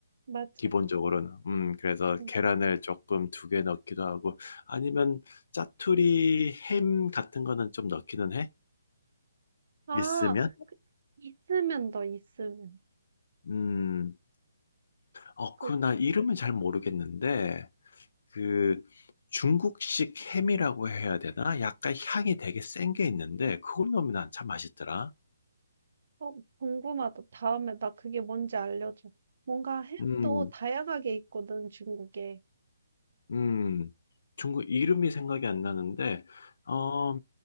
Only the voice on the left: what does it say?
기본적으로는. 음, 그래서
계란을 조금 두 개 넣기도 하고 아니면 짜투리 햄 같은 거는 좀 넣기는 해?
있으면?
음, 어, 그
나 이름은 잘 모르겠는데 그 중국식 햄이라고 해야 되나? 약간 향이 되게 센 게 있는데 그걸 넣으면 난참 맛있더라.
음,
음, 중국 이름이 생각이 안 나는데 어,